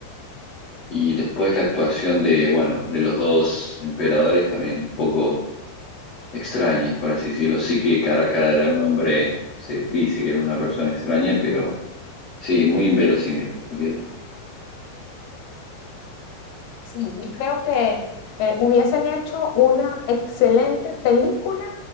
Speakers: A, on the left; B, on the left.
A: Y después la actuación de, bueno, de los dos emperadores también un poco extraña, por así decirlo. Sí que cara a cara era un hombre, se dice que era una persona extraña, pero sí, muy inverosímil. ok.
B: Sí, Yo creo que eh, hubiesen hecho una excelente película